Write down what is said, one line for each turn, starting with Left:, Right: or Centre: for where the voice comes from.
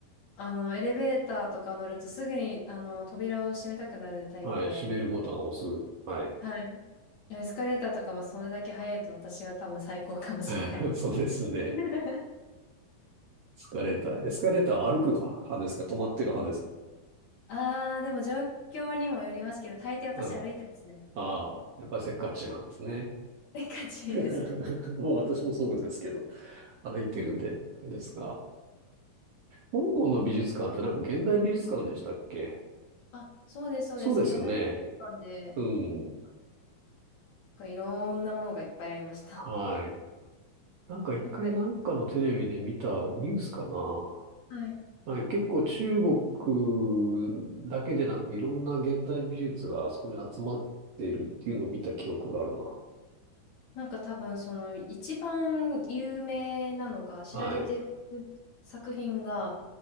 Left: あの、エレベーターとか乗るとすぐに、あの、扉を閉めたくなるタイプで、
Right: はい。閉めるボタンを押す。はい。
Left: はい。エスカレーターとかもそれだけ早いと私は多分最高かもしれない。
Right: <laughs> そうですね。
Left: <laughs>
Right: エスカレーター。エスカレーターは歩く派ですか止まってる派ですか
Left: あー、でも状況にもよりますけど、大抵私歩いてますね。
Right: はい。ああ、やっぱりせっかちなんですね。
Left: せっかちですね。
Right: <laughs> もう私もそうですけど、歩いてるんで、ですが。香港の美術館ってなんか現代美術館でしたっけ
Left: あ、そうです、そうです。
Right: そうですよね。
Left: 現代美術館で
Right: うん。
Left: なんかいろんなものがいっぱいありました。
Right: はい。なんか一回なんかのテレビで見たニュースかな。
Left: <laughs> なんか、はい。
Right: はい、結構中国だけでなくいろんな現代美術があそこに集まってるっていうのを見た記憶があるな。
Left: なんか多分その一番有名なのが、知られてる作品が、
Right: はい、